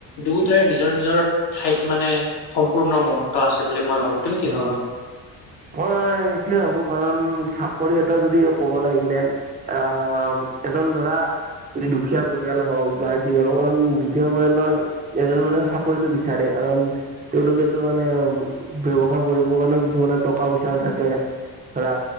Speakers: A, on the left; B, on the right.
A: দুয়োটাই নিজৰ নিজৰ। ঠাইত মানে। সম্পূৰ্ণ মুহূৰ্ত আছে বুলি মই ভাবো। তুমি কি
B: উ
A: ভাবা?
B: মই সেইটোয়ে ভাবো কাৰণ। চাকৰি এটা যদি ক'ব লাগিলে আহ এজন ধৰা যদি দুখীয়া পৰিয়াল হওক বা যি হওক কাৰণ দুখীয়া পৰিয়ালৰ এজন মানুহে চাকৰিটো বিচাৰে কাৰণ তেওঁলোকেতো মানে। ব্যয়ৱসায় কৰিবৰ কাৰণেও কিছুমানে টকা পইচা নাথাকে ধৰা